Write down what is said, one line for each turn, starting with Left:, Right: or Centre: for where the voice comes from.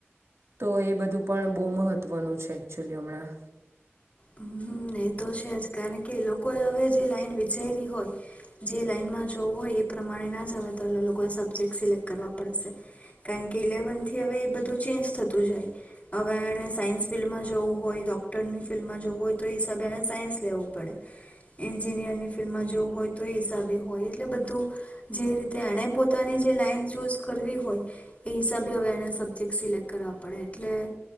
Right: તો એ બધું પણ બહુ મહત્ત્વનું છે એકચ્યુલી હમણાં.
Left: હમ એ તો છે જ કારણ કે એ લોકોએ હવે જે લાઈન વિચારી હોય જે લાઈનમાં જોવું હોય એ પ્રમાણે ના જ આવે તો લોકોએ સબ્જેક્ટ સિલેક્ટ કરવા પડશે. કારણકે, ઇલેવન થી હવે એ બધું ચેન્જ થતું જાય હવે એણે સાયન્સ ફિલ્ડમાં જોવું હોય, ડોક્ટરની ફિલ્ડમાં જોવું હોય તો એ હિસાબે એ સાયન્સ લેવું પડે, એન્જિનિયરની ફિલ્ડમાં, જોવું હોય તો એ હિસાબે હોય. એટલે બધું જે રીતે એણે પોતાની જે લાઈન ચૂઝ કરવી હોય એ હિસાબે હવે એને સબ્જેક્ટ સિલેક્ટ કરવા પડે એટલે